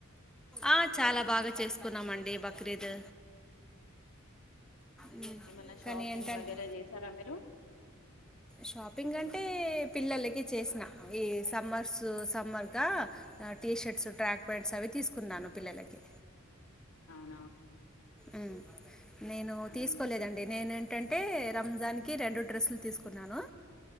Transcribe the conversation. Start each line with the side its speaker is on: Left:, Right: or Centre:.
Centre: ఆ, చాలా బాగా చేస్త కున్నామండి బక్రీద్ ఉమ్.
Left: ఏమన్నా షాపింగ్
Centre: కానీ ఏంటంటే
Left: వగైరా చేసారా మీరు
Centre: షాపింగ్ అంటే పిల్లలకి చేసిన ఈ సమ్మర్స్ సమ్మర్గా టీషర్ట్స్ ట్రాక్ ప్యాంట్స్ అవి తీసుకున్నాను పిల్లలకి
Left: అవునా
Centre: ఉం నేను
Left: మ్మ్.
Centre: తీసుకోలేదండి నేను అంటే రంజాన్ కి రెండు డ్రెస్సులు తీసుకు కొన్నాను